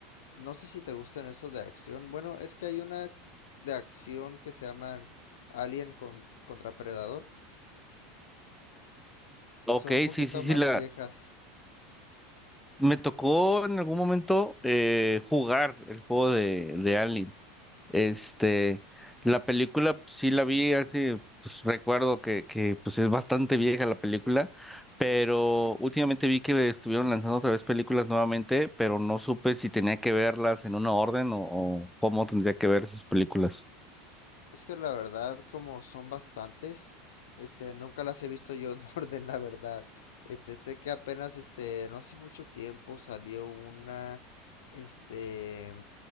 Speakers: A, on the left; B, in the centre.
A: no sé si te gustan esos de acción. Bueno, es que hay una de acción que se llaman Alien con- contra Predador.
B: Ok,
A: Son un poquito
B: sí, sí, sí,
A: más
B: la,
A: viejas.
B: me tocó en algún momento eh, jugar el juego de, de Aliens. Este, la película pues, sí la vi hace, pues recuerdo que, que pues es bastante vieja la película, pero últimamente vi que estuvieron lanzando otra vez películas nuevamente, pero no supe si tenía que verlas en una orden o, o cómo tendría que ver esas películas.
A: Es que la verdad, como son bastantes, este, nunca las he visto yo en <laughs> orden, la verdad. Este, sé que apenas, este, no hace mucho tiempo salió una, este,